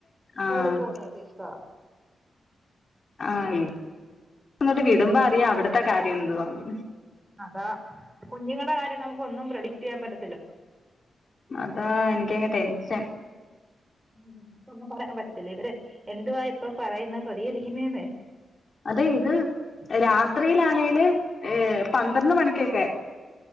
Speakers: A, on the right; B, on the left.
A: സ്കൂളിൽ
B: ആഹ്
A: പോകുന്നതൊക്കെ ഇഷ് <unintelligible>
B: ആഹ് ഇവി ന്നട് വിടുമ്പോ അറിയാ അവിട്ത്തെ കാര്യം എന്തുവാന്ന്
A: അതാ കുഞ്ഞുങ്ങടെ കാര്യം നമുക്ക് ഒന്നും പ്രഡിക്ട് ചെയ്യാൻ പറ്റത്തില്ല
B: അതാ എനിക്കങ്ങ് ടെൻഷൻ
A: ഉം ഇപ്പോന്നും പറയാൻ പറ്റത്തില്ല ഇവര് എന്തുവാ എപ്പോപറയുന്നെ പ്രതികരിക്കുന്നേന്നേ.
B: അതെ ഇത് രാത്രിയിലാണേല് ഏഹ് പന്ത്രണ്ട് മണിക്കൊക്കെ.